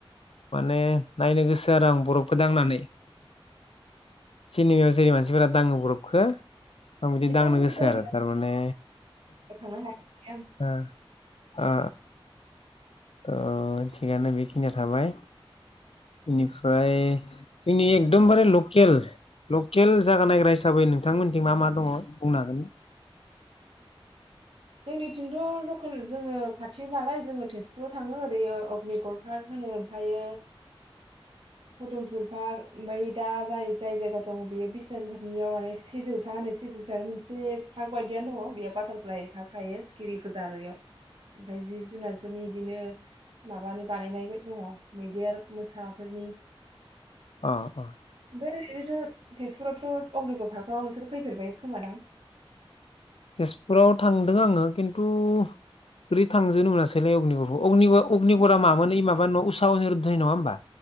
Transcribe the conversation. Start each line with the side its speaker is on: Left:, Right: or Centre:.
Left: माने नायनो गोसो आरो आं बरफखौ दांनानै। सिनेमायाव जेरै मानसि फोरा दाङो बरफखो आं बिदि
Right: एसेबां
Left: दांनो
Right: गुसु
Left: गोसो
Right: जायगायाव
Left: आरो। थारमाने
Right: थांनो हायाखै आं
Left: ओ ओ ओ थिगानो बेखिनिया थाबाय, इनिफ्राय जोंनि ए एकदमबारे लकेल, लकेल जागा नायग्रा हिसाबै नोंथांमोनथिं मा मा दङ बुंनो हागोन?
Right: जोंनिथिंथ' लकेल जोङो खाथि नालाय जोङो तेजपुराव थाङो ओरै अग्निगर पार्क होनो ओमफायो पदमपुल पार्क ओमफ्राय दा जाय जाय जायगायाव दङ' बेयो बिस्वानादगादनियाव माने सिजौसा होनो सिजौसा मोनसे पार्क बायदियानो दङ। बेयो बाटारफ्लाय पार्क ओमफायो सिखिरि गोजा आरो एयाव। ओमफ्राय जिब जुनारफोरनि इदिनो माबानि बानायनाय दङ' मैदेर, मोसाफोरनि
Left: अ अ।
Right: ओरैनोथ' तेजपुरावथ' अग्निगर पार्कगाव नोंसोर फैफेरबाय खोमा दां?
Left: तेजपुराव थांदों आङो खिन्थु ओरै थांजोबनो मोनासैलाय अगनिगरखो अगनिगर अगनिगरा मामोन ओइ माबा न' उषा अनिरुध्रनि नङा होनबा?